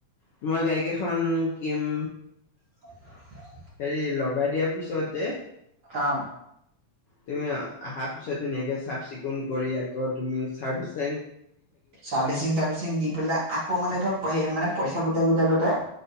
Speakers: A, on the left (about 65°); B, on the right (about 45°).
A: তোমাৰ গাড়ী কেইখন কিম
B: <unintelligible>
A: হেৰি, লগাই দিয়াৰ পিছত যে
B: আহ।
A: তুমি আহা পিছত ধুনীয়াকে চাফ চিকুণ কৰি, আকৌ তুমি ছাৰ্ভিচিং
B: ছাৰ্ভিচিং টাৰ্ভিচিং দি পেলাই আকৌ মানে, ধৰক হেৰি, মানে, সেই পইচা গোটাই গোটাই গোটাই